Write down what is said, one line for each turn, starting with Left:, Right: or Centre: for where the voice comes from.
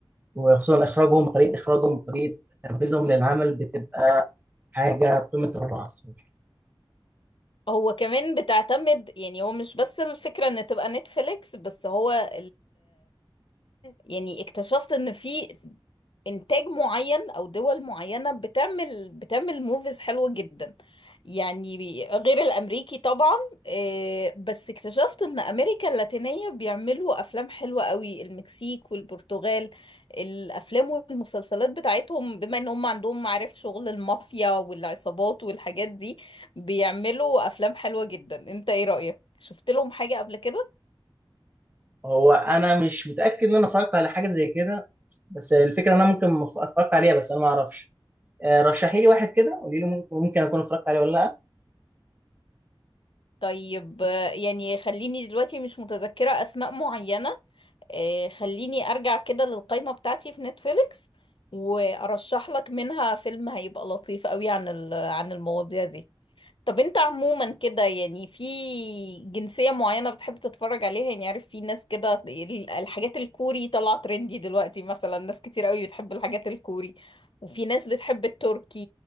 Right: وخصوصا اخراجهم طريقه اخراجهم وطريقه تنفيذهم للعمل بتبقى حاجه في قمه الروعه الصراحه
Left: هو كمان بتعتمد يعني هو مش بس الفكرة ان تبقى نتفليكس بس هو يعني اكتشفت ان في انتاج معين او دول معينة بتعمل بتعمل موفيز حلوة جدا يعني بي- غير الامريكي طبعا آه، بس اكتشفت ان امريكا اللاتينية بيعملوا افلام حلوة قوي المكسيك والبرتغال الافلام والمسلسلات بتاعتهم بما ان هم عندهم معارف شغل المافيا والعصابات والحاجات دي بيعملوا افلام حلوة جدا انت ايه رأيك شفت لهم حاجة قبل كده
Right: هو انا مش متاكد ان انا اتفرجت على حاجه زي كده بس الفكره ان انا ممكن ما ف- اتفرجت عليها بس انا ما اعرفش آه، رشحي لي واحد كده قولي لي ممكن ممكن اكون اتفرجت عليه ولا لا
Left: طيب آه، يعني خليني دلوقتي مش متذكرة أسماء معينة آه، خليني أرجع كده للقائمة بتاعتي في نتفليكس وأرشح لك منها فيلم هيبقى لطيف قوي عن ال- عن المواضيع دي طب أنت عموما كده يعني في جنسية معينة بتحب تتفرج عليها يعني عارف في ناس كده ال- الحاجات الكوري طالعة ترندي دلوقتي مثلا ناس كتير قوي بتحب الحاجات الكوري وفي ناس بتحب التركي